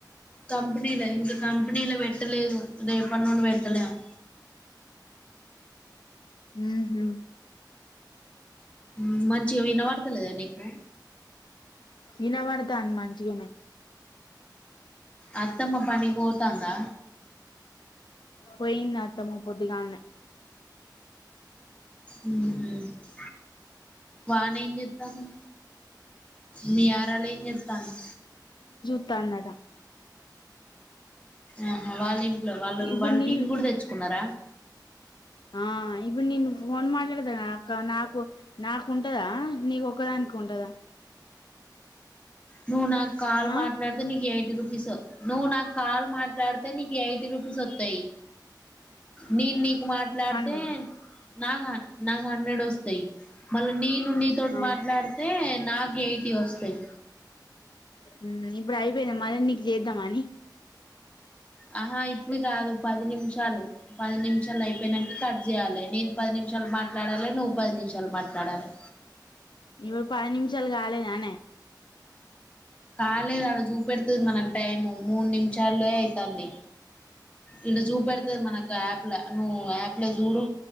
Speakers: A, on the left (about 15°); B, on the left (about 80°).
A: కంపెనీల ఇంక కంపెనీల పెట్ ట్టలేదు రేపనుండి పేడ్తడేమో
B: ఉహు
A: మ్ మంచిగా వినపడ్తలేదా నీకు
B: ఇనావడ్తంది మాంచిగనే
A: అత్తమ్మ పనీక్పోతాందా
B: పోయింది అత్తమ్మ పోద్దుగాల్నే
A: ఊమ్ వానెం జేతంది మీ యారాలెం జేతాంది
B: త్త న్నద
A: ఆహా వాలింట్ వాళ్ళగు
B: ఇప్పుడు
A: వాళ్
B: నేను
A: టీవీ గుడా తెచ్చుకున్నర
B: ఆ ఇప్పుడు నేను ఫోన్ మాట్లడ్త గదా అక్క నాకు నాకుంటదా నీకు ఒక్కదానికె ఉంటదా
A: నువు నాక్ కాల్
B: ఆ
A: మాట్లాడితే నీ ఎయిటీ రుప్ సు నువ్వు నాకు కాల్ మాట్లాడ్తే నీకు ఎయిటీ రుపీస్ ఒత్తయ్ నేను నీకు మాట్లాడ్తే
B: అన్నాడు
A: నాక నాకు హండ్రెడ్ ఒస్తాయి మళ్ళ నేను నీతోటి
B: ఆ
A: మాట్లాడ్తే నా ఎయిటి ఒస్తయ్
B: ఉమ్ ఇప్పుడు ఐపోయిందా మళీ నీకు జేద్దాం అని
A: ఆహా ఇప్పుడు గాదు పది నిమిషాలు పది నిమిషాలు ఐపోయినాక కట్ చేయాలి నేను పది నిమిషాలు మాట్లాడాలె నువ్వు పది నిమిషాలు మాట్లాడాలే
B: ఇవి పది నిమిషాలు కాలేదనే
A: కాలేదు అడ జుపెడ్తది మనక్ టైము మూడు నిమిషాలె ఐతంది ఇల్ల జుపెడ్తది మనకు యాప్ల నువ్వు యాప్ల జూడు